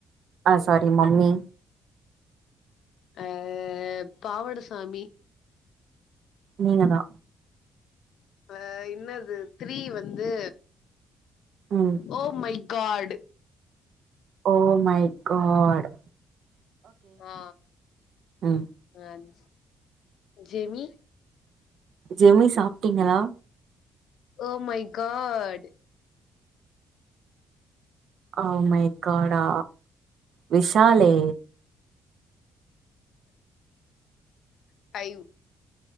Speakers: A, on the right; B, on the left.
A: ஆ சாரி மம்மி
B: அ பாவடசாமி
A: நீங்கதா
B: அ என்னது த்ரீ வந்து
A: ம்
B: oh my god
A: oh my god
B: ஆ
A: ம்
B: அஞ் ஜெமி
A: ஜெமி சாப்ட்டீங்களா
B: ஓ மை காடு
A: அ ஓ மை காடா விஷாலே
B: ஃபைவ்